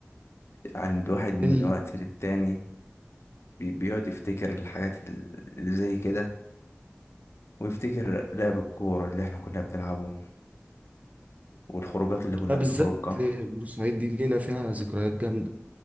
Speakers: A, on the left; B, on the right.
A: يعني الواحد من
B: ال...
A: وقت للتاني بي- بيقعد يفتكر الحاجات ال- اللي زي كده ويفتكر لعب الكورة اللي احنا كنا بنلعبه والخروجات اللي كنا
B: ده بالذات
A: بنخرجها
B: بورسعيد دي لينا فيها ذكريات جامدة